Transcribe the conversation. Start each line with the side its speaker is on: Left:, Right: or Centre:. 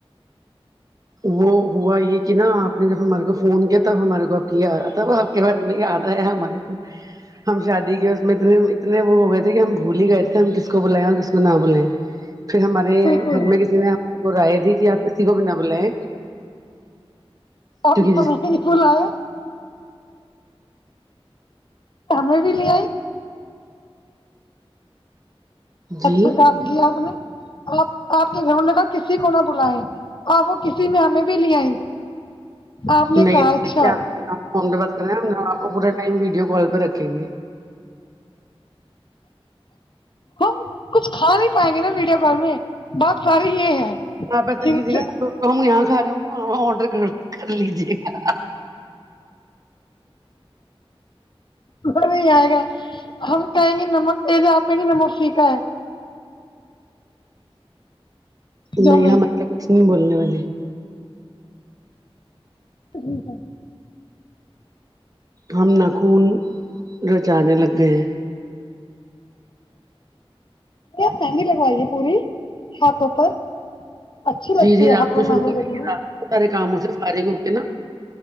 Right: وہ ہوا یہ کہ نا آپ نے جب ہمارے کو فون کیا تب ہمارے کو اب کیا تب آپ کے بارے میں یاد آیا ہمارے کو ہم شادی کی اس میں اتنے اتنے وہ ہو گئے تھے کہ ہم بھول ہی گئے تھے ہم کس کو بلائیں اور کس کو نہ بلیں پھر ہمارے
Left: بالکل
Right: گھر میں کسی نے ہمے کو رائے دی کہ آپ کسی کو بھی نہ بلائیں
Left: اب
Right: کیونکہ
Left: ہمیں
Right: جس
Left: بھی بولا نا ہمیں بھی لی
Right: جی
Left: اچھا کام کیا ہم نے آپ آپ کے گھر میں کا کسی کو نہ بالائے اور وہ کسی میں ہمیں بھی لے آئی آپ نے
Right: نہیں
Left: کہا اچھا
Right: فون پہ ب کر رہے ہم آپ کو پورا ٹائم ویڈی کال پہ رکھیں گے
Left: ہم کچھ کھا نہیں پائیں گے نا ویڈیو کال میں بات ساری یہ ہے
Right: آپ ایسا کیجیے
Left: ان سے
Right: گا یہاں کھا رہے ہوں گے وہاںاں آڈر کر لیجیے گا
Left: م نہیں آئے گا ہم کہیں گے نمک تیز آپیں گے نمک سیکھا ہے جو
Right: نہیں ہمار تو کچھ نہیں بولنے والی
Left: ہمم
Right: ہم ناخون جو چانے لگ گئے ہیں
Left: آپ مہنگی لگوائی ہے پوری ہاتھوں پر اچھی لگتی
Right: جی جی
Left: ہے
Right: رات
Left: ہاتھ
Right: کو
Left: مے
Right: شروع
Left: مہندی
Right: کریں
Left: لگی
Right: گے
Left: ہوئی
Right: رات کو سارے کاموں سے سارے ہو کے نا